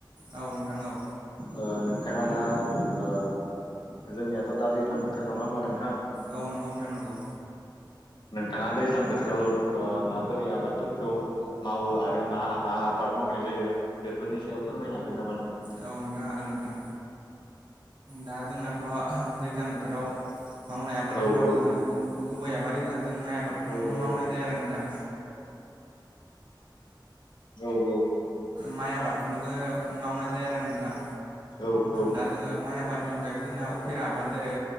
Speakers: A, on the right; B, on the left.
A: औ नोंथां औ
B: ओ नोंथांङा दा ओ जोंनियाथ दा दैज्लां बोथोर नंङा होमबा नोंथां।
A: औ नंगौ नोंथां नंगौ।
B: नोंथांङा दैज्लां बोथोराव ओ माबोरै आबादफोरखौ मावो आरो मा मा आबाद मावनाय जायो बेफोरनि सायाव फोरमायनो हागोन नामा नों
A: औ नोंथां हागोन नोंथां दा जोंनाथ दैज्लां बो थोराव मावनाय आबाद
B: औ
A: होनबाथ
B: औ
A: जोंङो गुब गुबै आबाद हिसाबै जों माइ आबादखौनो
B: औ
A: मावनाय जायो आरो नोंथां।
B: औ औ
A: माइ आबादखौनो जोंङो मावनाय जायो आरो नोंथां।
B: औ औ
A: दा जोंङो माइ आबादनि अनगायैबो जोंना अफेरा आबाद जेरै